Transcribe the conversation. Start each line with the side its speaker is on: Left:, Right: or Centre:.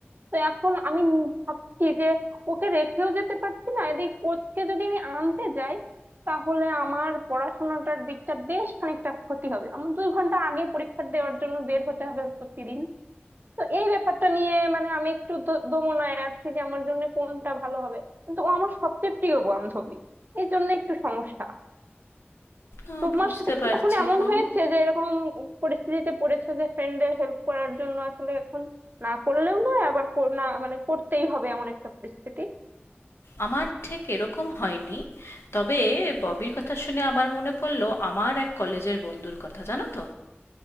Right: তো এখন আমি ন- ভাবছি যে ওকে রেখেও যেতে পারছি না এদিক ওকে যদি আমি আনতে যাই তাহলে আমার পড়াশোনাটার দিকটা বেশ খানিকটা ক্ষতি হবে আমার দুই ঘন্টা আগে পরীক্ষা দেওয়ার জন্য বের হতে হবে প্রতিদিন তো এই ব্যাপারটা নিয়ে মানে আমি একটু দ- দোমনায় আছি যে আমার জন্য কোনটা ভালো হবে কিন্তু ও আমার সবচেয়ে প্রিয় বান্ধবী এই জন্য একটু সমস্যা
Left: আহ,
Right: তোমার
Left: বুঝতে
Right: সাথে কি
Left: পারছি
Right: কখনো এমন
Left: গো
Right: হয়েছে যে এরকম পরিস্থিতিতে পড়েছো যে ফ্রেন্ডদের হেল্প করার জন্য আসলে এখন না করলেও নয় আবার কর- না মানে করতেই হবে এমন একটা পরিস্থিতি
Left: আমার ঠিক এরকম হয়নি তবে ববির কথা শুনে আমার মনে পড়লো আমার এক কলেজের বন্ধুর কথা জানো তো